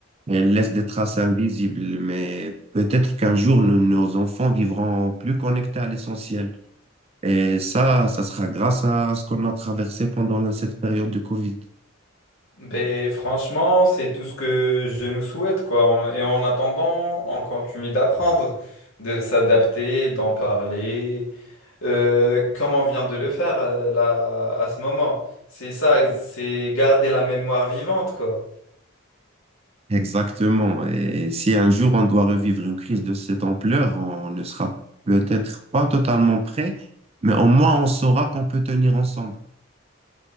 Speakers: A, on the right; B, on the left.
A: Elles laissent des traces invisibles, mais peut-être qu'un jour, nous- nos enfants vivront plus connectés à l'essentiel. Et ça, ça sera grâce à ce qu'on a traversé pendant cette période de Covid.
B: Ben franchement, c'est tout ce que je nous souhaite, quoi. En- Et en attendant, on continue d'apprendre, de s'adapter, d'en parler, euh, comme on vient de le faire euh, là à ce moment. C'est ça, c'est garder la mémoire vivante, quoi.
A: Exactement. Et si un jour on doit revivre une crise de cette ampleur, on ne sera peut-être pas totalement prêt, mais au moins on saura qu'on peut tenir ensemble.